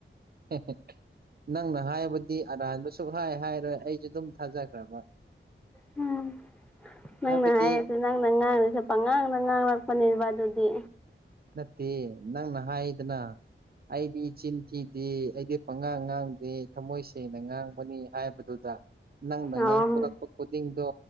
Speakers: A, on the right; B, in the centre.
A: <unintelligible> ꯅꯪꯅ ꯍꯥꯏꯕꯗꯤ ꯑꯔꯥꯟꯕ ꯁꯨꯛꯍꯥꯏ ꯍꯥꯏꯔꯣꯏ ꯑꯩꯖꯨ ꯗꯨꯝ ꯊꯥꯖꯈ꯭ꯔꯕ
B: ꯍꯨꯝ ꯅꯪꯅ
A: ꯍꯥꯏꯕꯗꯤ
B: ꯍꯥꯏꯔꯖꯨ ꯅꯪꯅ ꯉꯥꯡꯔꯁꯨ ꯄꯪꯉꯥꯡꯗ ꯉꯥꯡꯔꯛꯄꯅꯦꯕ ꯑꯗꯨꯗꯤ
A: ꯅꯠꯇꯦ ꯅꯪꯅ ꯍꯥꯏꯗꯅ ꯑꯩꯗꯤ ꯆꯤꯟ ꯊꯤꯗꯦ ꯑꯩꯗꯤ ꯄꯉꯥꯡ ꯉꯥꯡꯗꯦ ꯊꯝꯃꯣꯏ ꯁꯦꯡꯅ ꯉꯥꯡꯕꯅꯤ ꯍꯥꯏꯕꯗꯨ ꯗ ꯅꯪꯅ
B: ꯑꯣ
A: ꯉꯥꯡꯊꯣꯔꯛꯄ ꯈꯨꯗꯤꯡꯗꯣ